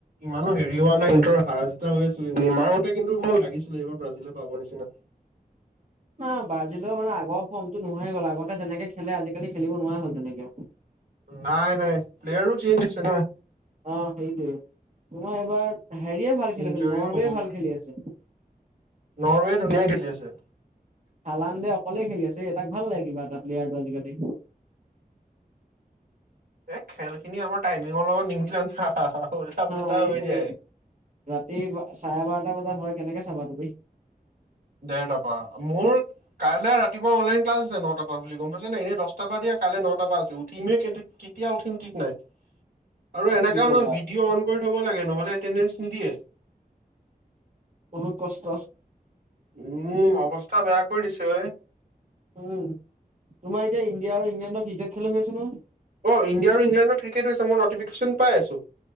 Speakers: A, on the right (about 80°); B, on the right (about 50°).
A: ইমানো হেৰি হোৱা নাই। ইনতৰ হাৰা জিতা হৈ আছিলে। নিমাওতে কিন্তু মই লাগিছিল এইবাৰ ব্ৰাজিল পাব নিচিনা।
B: না ব্ৰাজিলৰ মানে আগৰ ফৰ্মটো নোহোৱা হৈ গ'ল। আগতে যেনেকে খেলে আজি-কালি খেলিব নোৱাৰা হ'ল তেনেকে।
A: নাই নাই প্লেয়াৰো চেঞ্জ হৈছে না।
B: অ সেইটোৱেই। তোমাৰ এইবাৰ হেৰিয়ে ভাল খেলি
A: ইঞ্জৰিও
B: আছে, নৰৱে
A: বহুত
B: ভাল খেলি আছে।
A: নৰৱে ধুনীয়া খেলি আছে।
B: হালানদে অকলে খেলি আছে। এ তাক ভাল লাগে কিবা এটা প্লেয়াৰটো আজি-কালি।
A: এ খেলখিনি আমাৰ টাইমিঙৰ লগত নিমিলে না। <unintelligible> পুল্টা
B: অ এইটোৱেই।
A: হৈ যায়
B: ৰাতি বা চাৰে বাৰটা বজাত হয় কেনেকে চাবা তুমি?
A: ডেৰটা পা মোৰ কাইলে ৰাতিপুৱা অনলাইন ক্লাছ আছে নটা পৰা বুলি গম পাইছ নাই, এনেই দছটা পা দিয়ে কাইলে নটা পা আছে। উঠিমেই কেই কিতিয়া উঠিম ঠিক নাই, আৰু এনেকা
B: কি ক'বা
A: ন ভিডিঅ' অন কৰি থব লাগে নহ'লে এটেণ্ডেঞ্চ নিদিয়ে।
B: বহুত কষ্ট।
A: উম, অৱস্থা বেয়া কৰি দিছে ঐ।
B: উম, তোমাৰ এতিয়া ইণ্ডিয়া আৰু ইংলেণ্ডৰ ক্ৰিকেট খেলো হৈ আছে নহয়।
A: অ', ইণ্ডিয়া আৰু ইংলেণ্ডৰ ক্ৰিকেট হৈছে মই নটিফিকেশ্যন পাই আছো।